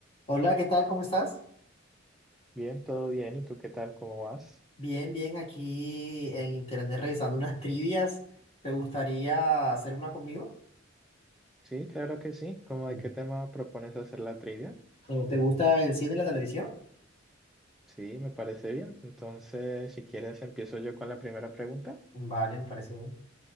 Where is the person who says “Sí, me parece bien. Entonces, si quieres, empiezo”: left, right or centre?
Centre